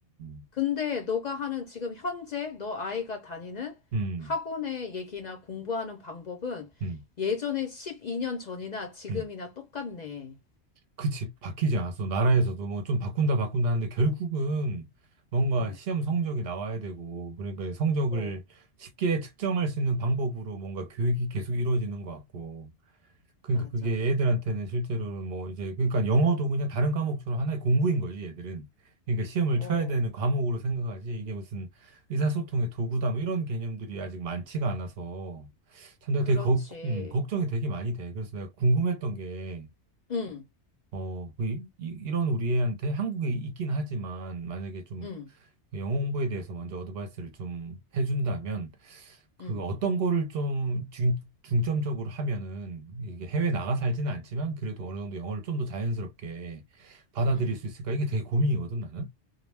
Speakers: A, on the right; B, on the left.
A: 음,
B: 근데 너가 하는 지금 현재 너 아이가 다니는
A: 음,
B: 학원의 얘기나 공부하는 방법은
A: 음,
B: 예전에 12년 전이나 지금이나
A: 음.
B: 똑같네.
A: 그치. 바뀌지 않았어. 나라에서도 뭐 좀 바꾼다, 바꾼다 하는데 결국은 뭔가
B: 어,
A: 시험 성적이 나와야 되고, 그러니까 성적을
B: 어,
A: 쉽게 측정할 수 있는 방법으로 뭔가 교육이 계속 이루어지는 것 같고, 그러니까
B: 맞아.
A: 그게 애들한테는 실제로는 뭐 이제 그러니까 영어도 그냥 다른 과목처럼 하나의 공부인 거지 얘들은 그러니까 시험을
B: 어,
A: 쳐야 되는 과목으로 생각하지 이게 무슨 의사소통의 도구다 뭐 이런 개념들이 아직 많지가 않아서 참 내가
B: 그렇지.
A: 되게 거- 음, 걱정이 되게 많이 돼 그래서 내가 궁금했던 게
B: 응,
A: 어, 그 이, 이- 이런 우리한테 한국에 있긴 하지만 만약에 좀
B: 응,
A: 그 영어 공부에 대해서 먼저 어드바이스를 좀 해준다면 그
B: 응,
A: 어떤 거를 좀 중, 중점적으로 하면은 이게 해외 나가 살지는 않지만 그래도 어느 정도 영어를 좀 더 자연스럽게 받아들일
B: 응.
A: 수 있을까? 이게 되게 고민이거든, 나는.